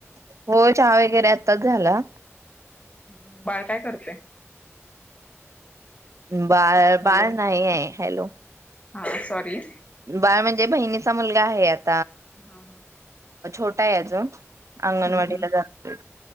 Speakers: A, on the right (about 85°); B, on the left (about 30°).
A: हो चहा वगैरे आताच झाला.
B: हम् बाळ काय करतय?
A: बाळ
B: हॅलो
A: बाळ नाही आहे. हॅलो
B: हा सॉरी
A: बाळ म्हणजे बहिणीचा मुलगा आहे आत
B: हम हा
A: छोटाय अजून अंगणवाडीला
B: हम्म हम्म
A: जातोय.